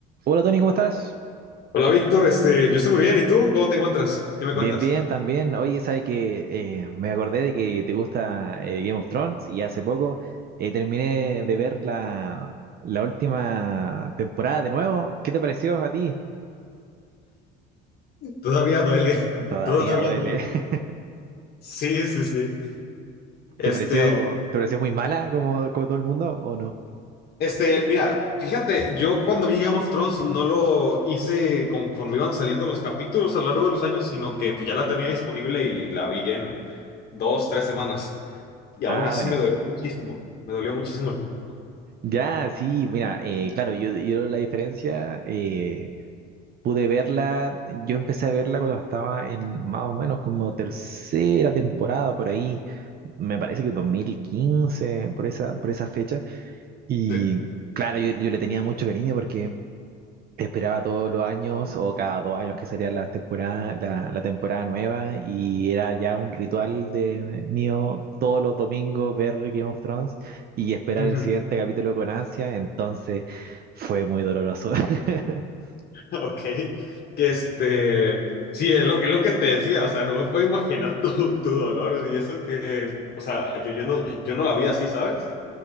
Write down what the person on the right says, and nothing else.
Hola Tony, ¿cómo estás?
Bien,
bien, también. Oye, sabes que eh, me acordé de que te gusta eh, Game of Thrones y hace poco eh, terminé de ver la, la última temporada de nuevo. ¿Qué te pareció a ti?
Todavía
duele.
<laughs>
¿Te pareció, te pareció muy mala como, como todo el mundo o no?
Ah,
bueno.
Ya, sí, mira, eh, claro, yo, yo la diferencia, eh, pude verla, yo empecé a verla cuando estaba en más o menos como tercera temporada por ahí, me parece que 2015, por esa, por esa fecha. Y
claro, yo, yo le tenía mucho cariño porque esperaba todos los años o cada dos años que salía la temporada, la, la temporada nueva y era ya un ritual de mío todos los domingos ver Game of Thrones y esperar
el siguiente capítulo con ansia, entonces fue muy doloroso. <laughs>